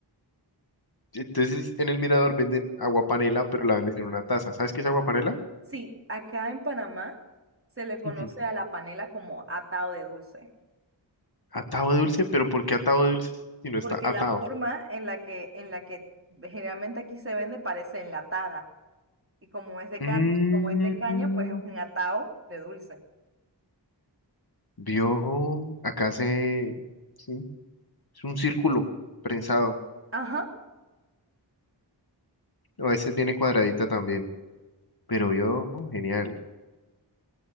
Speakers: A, on the left; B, on the right.
A: Entonces, en el Mirador venden agua panela, pero la venden en una taza. ¿Sabes qué es agua panela?
B: Sí, acá en Panamá se le conoce
A: Ujú.
B: a la panela como atado de dulce,
A: Atado de dulce, pero ¿por qué atado de dulce si no
B: porque
A: está atado?
B: la forma en la que, en la que generalmente aquí se vende parece enlatada. Y como es de
A: Mm,
B: ca- y como es de caña, pues es un atao de dulce.
A: Vio, acá se, sí, es un círculo prensado.
B: Ajá.
A: A veces viene cuadradita también, pero vio, genial.